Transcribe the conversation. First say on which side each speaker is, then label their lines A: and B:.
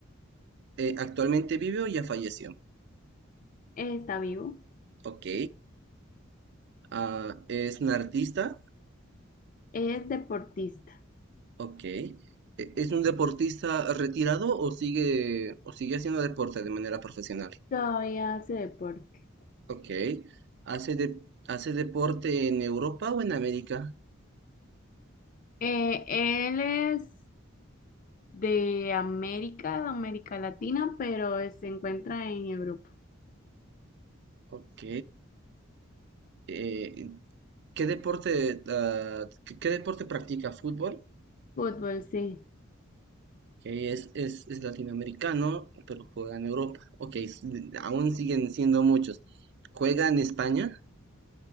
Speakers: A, on the right; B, on the left.
A: eh, ¿actualmente vive o ya falleció?
B: está vivo,
A: Ok, ah, ¿es un artista?
B: es deportista,
A: Ok. ¿E- ¿Es un deportista retirado o sigue, o sigue haciendo deporte de manera profesional?
B: todavía hace deporte.
A: Ok. ¿Hace, de- hace deporte en Europa o en América?
B: Eh, él es de América, de América Latina, pero eh, se encuentra en Europa.
A: Ok. Eh, ¿qué deporte, ah, qué, qué deporte practica? ¿Fútbol?
B: Fútbol, sí.
A: Ok, es, es, es latinoamericano, pero juega en Europa. Ok, s- aún siguen siendo muchos. ¿Juega en España?